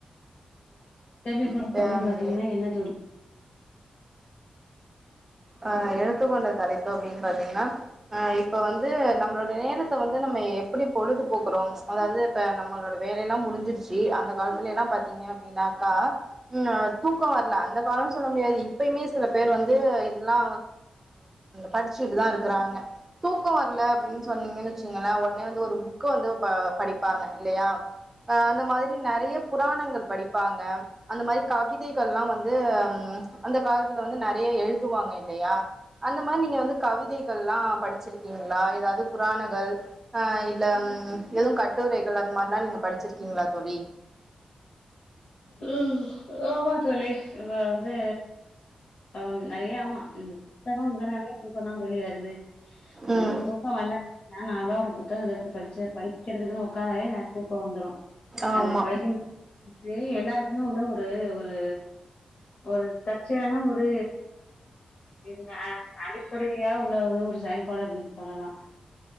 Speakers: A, on the left; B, on the right.
A: கேள்வி
B: இப்ப
A: அப்படின்னு பாத்தீங்கன்னா என்ன தோழி
B: அஹ் எடுத்துக்கொண்ட தலைப்பு அப்படின்னு பாத்தீங்கன்னா அஹ் இப்ப வந்து நம்மளோட நேரத்தை வந்து நம்ம எப்படி பொழுதுபோக்குறோம் அதாவது இப்ப நம்மளோட வேலைைய எல்லாம் முடிஞ்சிருச்சு அந்த காலத்துல எல்லாம் பாாரத்தீங்க அப்படின்னாக்கா உஹ் தூக்கம் வரல அந்த காலம்னு சொல்ல முடியாது இப்பயுமே சில பேர் வந்து எல்லா படிச்சுட்டு தான் இருக்கிறாங்க தூக்கம் வரல அப்படின்னு சொன்னீங்கன்னு வச்சங்களேன் உடனே வந்து ஒரு புக்க வந்து படிப்பாங்க இல்லா ஆ அந்த மாதிரி நிறைய புராணங்கள் படிப்பாங்க அந்த மாதிரி கவிதைகள் எல்லாம் வந்து அந்த ம்ம் காலத்துல வந்து நிறைய எழு துவாங்க இல்லையா அந்த மாதிரி நீங்க வந்து கவிதைகள்லாம் படிச்சிருக்கீங்களா ஏதாவது புராணங்கள் அஹ் இல்ல எதுவும் கட்டுரைகள் அந்த மாதிரில்லாம் நீங்க படிச்சிருக்கீங்களா தோழி
A: உம் ஆமா தோழி இப்ப வந்து அப்வந் நிறைய ஆமா புத்தகம் இங்கனாவே தூக்கம் தான் தோழி வருது நமக்கு
B: ம்
A: தூக்கம் வல்ல நா நானு ஒரு புத்தகத்தை எடுத்து படிச்சு படிக்கிறதுக்குன்னு உட்கார்ந்தாவே நா தூக்கம் வந்துரும்
B: ஆமா
A: அது படிக்கும் <unintelligible> எல்லாருக்குமே உள்ள ஒரு ஒரு ஒரு தற்சையான ஒரு <unintelligible> அடிப்படையா உள்ள ஒரு செயல்பாடு சொல்லலா